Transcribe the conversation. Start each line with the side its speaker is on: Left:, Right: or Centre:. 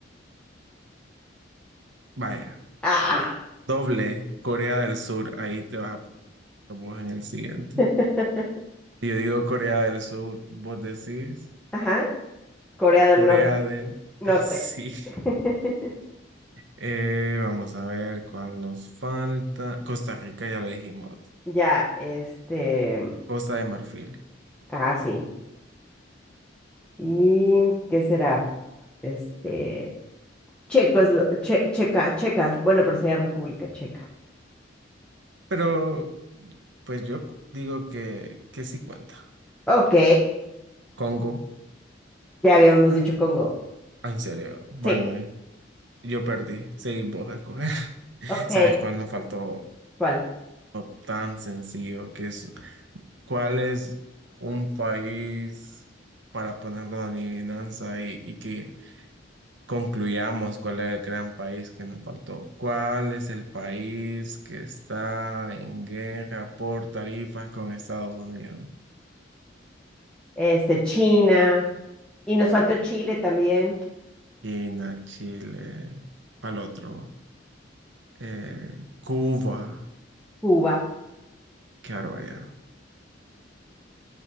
Right: vaya.
Centre: ah.
Right: Doble, Corea del Sur, ahí te vas a poner vos en el siguiente.
Centre: <laughs>
Right: Si yo digo Corea del Sur, vos decís
Centre: Ajá. Corea del
Right: Corea
Centre: Norte.
Right: del...
Centre: Norte.
Right: <laughs> Sí.
Centre: <laughs>
Right: Eh, vamos a ver cuál nos falta. Costa Rica, ya lo dijimos.
Centre: Ya, este.
Right: Costa de Marfil.
Centre: Ah, sí. ¿Y qué será? Este. Checo es lo- che- checa, checa. Bueno, pero sería República Checa.
Right: Pero, pues yo digo que, que sí cuenta.
Centre: Ok.
Right: Congo,
Centre: Ya habíamos dicho Congo.
Right: ah, en serio. Bueno,
Centre: Sí,
Right: eh, yo perdí. Sí, vos a escoger. <laughs>
Centre: Ok.
Right: ¿Sabes cuál nos faltó?
Centre: ¿cuál?
Right: No tan sencillo, que es ¿Cuál es un país para ponerlo en adivinanza y, y que concluyamos cuál es el gran país que nos faltó? ¿Cuál es el país que está en guerra por tarifas con Estados Unidos?
Centre: Este, China. Y nos faltó Chile también.
Right: China, Chile, al otro, eh, Cuba,
Centre: Cuba.
Right: claro, ya.